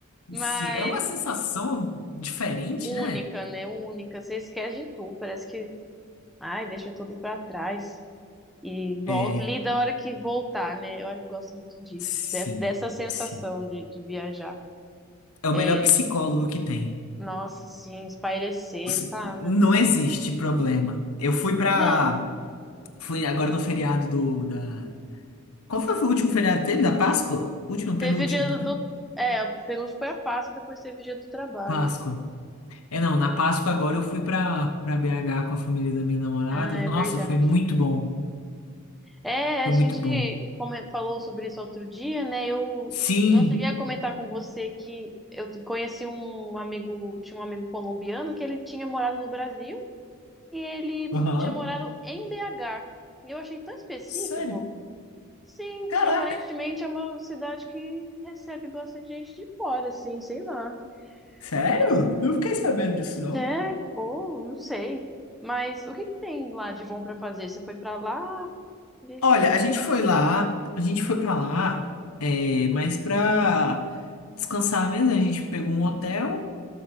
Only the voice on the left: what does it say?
sim, é uma sensação diferente,
né?
É,
sim,
sim.
É o
melhor psicólogo que tem.
S-
Não existe problema. Eu fui pra.
Fui agora no feriado do da. Qual foi o último feriado que teve? Da Páscoa? Último,
penúltimo,
né?
Páscoa. É, não, na Páscoa agora eu fui pra, pra BH com a família da minha namorada.
Nossa,
foi muito bom.
Foi
muito bom.
Sim.
Aham.
Sério?
Caraca.
Sério?
Eu Não fiquei sabendo disso, não.
Olha,
a gente foi lá, a gente foi pra lá, é, mas pra descansar mesmo, a gente pegou um hotel